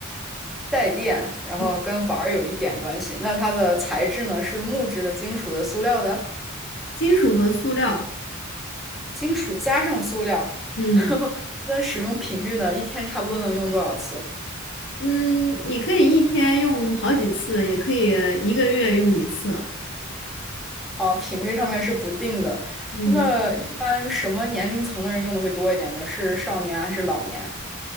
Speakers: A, in the centre; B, on the left (about 60°).
A: 带电，
B: 嗯
A: 然后跟玩儿有一点关系。那它的材质呢？是木质的、金属的、塑料的？
B: 金属和塑料。
A: 金属加上塑料。
B: 嗯
A: <laughs> 那使用频率呢？一天差不多能用多少次？
B: 嗯，你可以一天用好几次，也可以一个月用一次。
A: 啊，频率上面是不定的。
B: 嗯
A: 那一般什么年龄层的人用的会多一点呢？是少年还是老年？